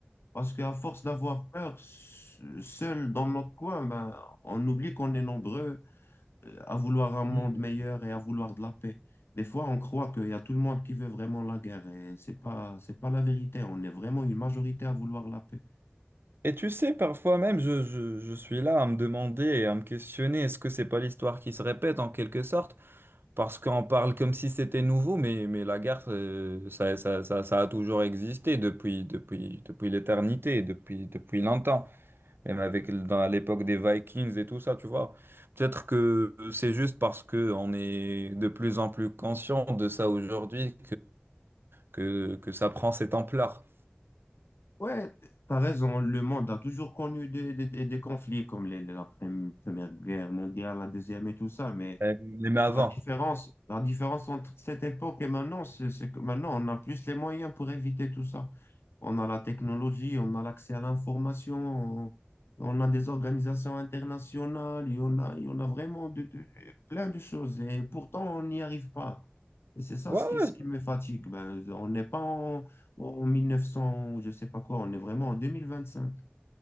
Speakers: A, on the left (about 80°); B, on the right (about 65°).
A: Parce qu'à force d'avoir peur, s- seul dans notre coin, ben, on oublie qu'on est nombreux euh, à vouloir un monde
B: Mm.
A: meilleur et à vouloir de la paix. Des fois, on croit qu'il y a tout le monde qui veut vraiment la guerre et c'est pas, c'est pas la vérité. On est vraiment une majorité à vouloir la paix.
B: Et tu sais, parfois même, je, je- je suis là à me demander et à me questionner, est-ce que c'est pas l'histoire qui se répète en quelque sorte? Parce qu'on parle comme si c'était nouveau, mais, mais la guerre, euh, ça, ça- ça- ça a toujours existé depuis, depuis, depuis l'éternité, depuis, depuis longtemps. Même avec, dans l'époque des Vikings et tout ça, tu vois. Peut-être que c'est juste parce que on est de plus en plus conscient de ça aujourd'hui que, que ça prend ces Templars.
A: Ouais, t'as raison. Le monde a toujours connu des, des- des- des conflits comme les- la Première Guerre mondiale, la Deuxième et tout ça, mais
B: Euh, Même avant.
A: La différence, la différence entre cette époque et maintenant, c'est c'est que maintenant, on a plus les moyens pour éviter tout ça. On a la technologie, on a l'accès à l'information, on, on a des organisations internationales, il y en a, il y en a vraiment de, de- plein de choses. Et pourtant, on n'y arrive pas. Et c'est ça
B: Ouais,
A: ce qui, ce
B: ouais,
A: qui me fatigue. Ben, on n'est pas en, en 1900, je sais pas quoi, on est vraiment en 2025.